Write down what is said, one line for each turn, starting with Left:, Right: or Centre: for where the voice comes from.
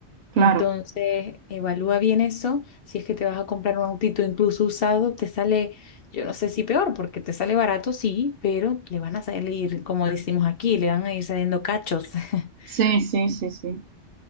Right: claro.
Left: Entonces, evalúa bien eso. Si es que te vas a comprar un autito incluso usado, te sale, yo no sé si peor, porque te sale barato, sí, pero le van a salir, como decimos aquí, le van a ir saliendo cachos. <laughs>
Right: Sí, sí, sí, sí.